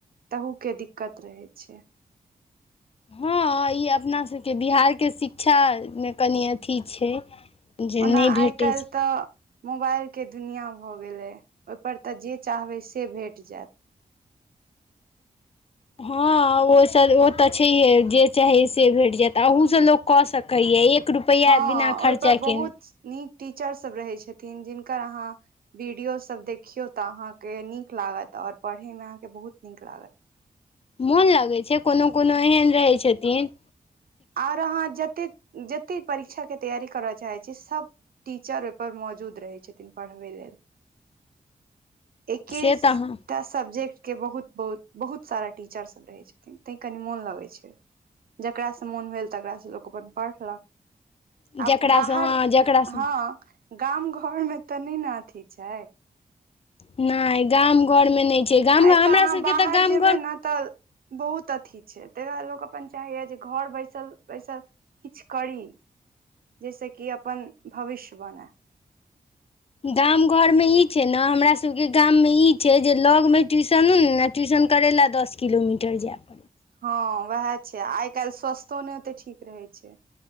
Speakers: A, on the right; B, on the left.
A: तहू के दिक्कत रहै छै
B: हँ ई अपनासभके बिहारके शिक्षाके कनि अथी छै जे
A: ओना
B: नहि
A: आइ
B: भेटै
A: काल्हि
B: छै
A: तऽ मोबाइल के दुनिआँ भऽ गेलै ओयपर तऽ जे चाहबै से भेट जएत
B: हँ ओसँ ओ तऽ छैहे जे चाही से भेट जैत अहूसँ लोक कऽ सकैए एक रुपैआ
A: हँ
B: बिना खर्चा
A: ओहिपर बहुत
B: केने
A: नीक टीचर सब रहै छथिन जिनकर अहाँ वीडियोसभ देखियौ तऽ अहाँके नीक लागत ओर पढ़यमे अहाँके बहुत नीक लागत
B: मोन लगै छै कोनो कोनो एहन रहै छथीन
A: आओर अहाँ जतेक जतेक परीक्षाके तैयारी करय चाहैत छी सभ टीचर ओईपर मौजूद रहै छथिन पढ़बै लेल एकीस
B: से हँ
A: तऽ सब्जेक्ट के बहुत बहुत बहुत सारा टीचर सब रहै छथिन तै कनि मोन लगै छै जकरासँ मोन भेल तकरासँ लोक अपन पढ़लक
B: जकरासँ
A: आब बाहर
B: हँ जकरासँ
A: हँ गाम घर मे तऽ नय ने अथी छै
B: नइ गाम घर मे नइ छै गाम
A: आ एत्त
B: हमरा
A: अहाँ
B: सबके
A: बाहर
B: तऽ गाम
A: जेबै न तऽ बहुत अथि छै ताई दुआरे लोक अपन चाहैए जे घर बैसल बैसल किछ करी जैस कि अपन भविष्य बनए
B: गाम घर मे ई छै ने हमरा सबके गाम मे ई छै जे लग मे ट्यूशनो नै ने ट्यूशन करै लए दस किलोमीटर जायब
A: हँ उएह छै आइ काल्हि स्वस्तो नै ओते ठीक रहै छै